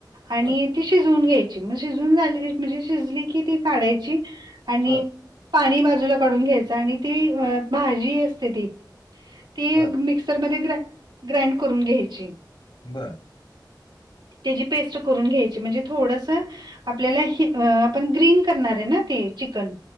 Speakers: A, on the right; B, on the left.
A: आणि
B: बर
A: ती शिजून घ्यायची, मग शिजून झाली म्हणजे शिजली की ती काढायची. आणि
B: बर
A: पाणी बाजूला काढून घ्यायचं, आणि ती भाजी असते ती ती
B: बर
A: मिक्सरमध्ये ग्राईंड करून घ्यायची.
B: बर.
A: त्याची पेस्ट करून घ्यायची, म्हणजे थोडस आपल्याला आपण ग्रीन करणार आहे ना ते, चिकन.